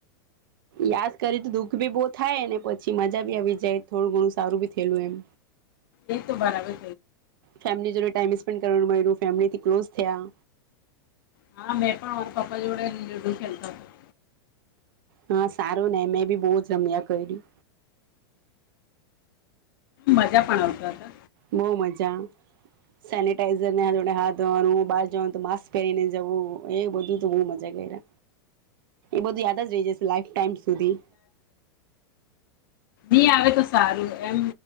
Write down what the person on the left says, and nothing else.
એ તો બારવે
હા મેં પણ પપ્પા જોડે લુડુ ખેલતા હતા.
મજા પણ આવતો.
ી આવે તો સારું. એમ